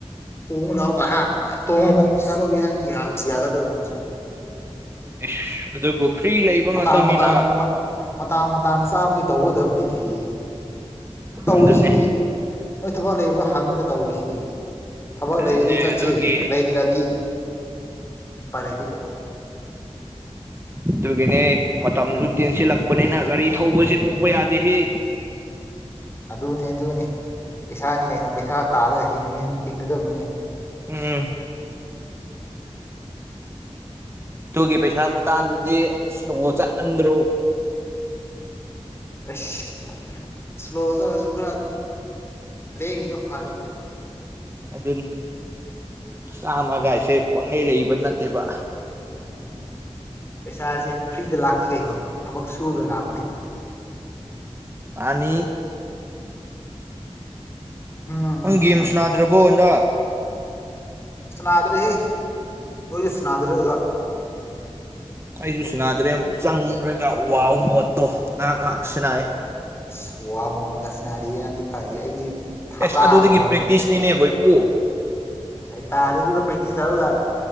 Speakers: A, on the left (about 25°); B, on the right (about 25°).
A: ꯇꯣꯡꯨꯛ ꯂꯥꯛꯑꯣ ꯇꯣꯡꯉꯣ ꯑꯩ ꯄꯩꯁꯥ ꯂꯧꯧꯕꯒꯦ ꯍꯥꯏꯔꯗꯤ ꯌꯥꯒꯗ꯭ꯔꯣ ꯅꯪꯁꯨ
B: ꯏꯁ ꯑꯗꯨꯕꯨ ꯐ꯭ꯔꯤ ꯂꯩꯕ
A: ꯃꯇꯥꯡ
B: ꯉꯥꯛꯇꯅꯤꯅ
A: ꯃꯇꯥꯡ ꯃꯇꯥꯡ ꯃꯇꯥꯡ ꯆꯥꯕꯒꯤ ꯇꯧꯒꯗꯕꯅꯤꯅꯦ ꯑꯩ ꯇꯧꯔꯤꯁꯤꯗꯤ
B: ꯑꯗꯨꯅꯦ
A: ꯅꯣꯏ ꯊꯕꯛ ꯂꯩꯕ꯭ꯔꯥ ꯍꯪꯉꯒ ꯇꯧꯔꯤꯁꯤꯗꯤ ꯊꯕꯛ
B: ꯑꯗꯨꯅꯦ
A: ꯂꯩꯔꯗꯤ ꯆꯠꯁꯦ
B: ꯑꯗꯨꯒꯤ
A: ꯂꯩꯗ꯭ꯔꯗꯤ ꯄꯥꯏ ꯂꯩꯗꯤ ꯀꯩꯅꯣ <inaudible>
B: ꯑꯗꯨꯒꯤꯅꯦ ꯃꯇꯝꯁꯨ ꯇꯦꯟꯁꯤꯜꯂꯛꯄꯅꯤꯅ ꯒꯥꯔꯤ ꯊꯧꯕꯁꯤ ꯇꯣꯛꯄ ꯌꯥꯗꯦ ꯍꯦ
A: ꯑꯗꯨꯅꯦ ꯑꯗꯨꯅꯤ ꯄꯩꯁꯥꯅꯤ ꯀꯩꯅꯣ ꯄꯩꯁꯥ ꯇꯥꯔꯒ ꯍꯤꯡꯒꯗꯕꯅꯤ
B: ꯎꯝ ꯇꯨꯒꯤ ꯄꯩꯁꯥ ꯈꯨꯇꯥꯟꯗꯨꯗꯤ ꯆꯠꯃꯟꯗ꯭ꯔꯣ
A: ꯑꯁ ꯁ꯭ꯂꯣ ꯇꯔꯁꯨ ꯈꯔ ꯂꯦꯡꯉꯤꯗꯣ ꯐꯔꯕꯅꯤ
B: ꯑꯗꯨ ꯆꯥꯝꯃꯒꯥꯏꯁꯦ ꯄꯪꯉꯩ ꯂꯩꯕ ꯅꯠꯇꯦꯕ
A: ꯎꯝ ꯄꯩꯁꯥꯁꯦ ꯐ꯭ꯔꯤꯗ ꯂꯥꯛꯇꯦ ꯀꯩꯅꯣ ꯊꯕꯛ ꯁꯨꯔꯒ ꯂꯥꯛꯄꯅꯦ
B: ꯃꯥꯟꯅꯤ
A: ꯎꯝ
B: ꯅꯪ ꯒꯦꯝꯁꯨ ꯅꯥꯗ꯭ꯔꯕꯣꯟꯗ
A: ꯁꯅꯥꯗ꯭ꯔꯦꯍꯦ ꯅꯣꯏꯁꯨ ꯁꯅꯥꯗꯔꯛꯑꯒ
B: ꯑꯩꯁꯨ ꯁꯅꯥꯗ꯭ꯔꯦ ꯆꯪ꯭ꯔꯒ ꯋꯥꯎ ꯃꯣꯠꯇꯣ ꯉꯥꯏꯍ ꯉꯥꯏꯍꯥꯛ ꯁꯅꯥꯑꯦ
A: ꯁꯨꯋꯥ ꯃꯣꯠ ꯀꯁꯅꯥꯔꯤꯅꯗꯤ ꯐꯔꯤ ꯑꯩꯗꯤ ꯍꯞꯇꯥ
B: ꯑꯦꯁ ꯑꯗꯨꯗꯒꯤ
A: ꯁꯨꯔꯕꯅꯤ
B: ꯄ꯭ꯔꯦꯛꯇꯤꯁꯅꯤꯅꯦꯕꯣꯏꯄꯨ
A: ꯉꯥꯏ ꯄꯥꯔꯦ ꯑꯗꯨꯒ ꯄ꯭ꯔꯦꯛꯇꯤꯁ ꯇꯧꯔꯒ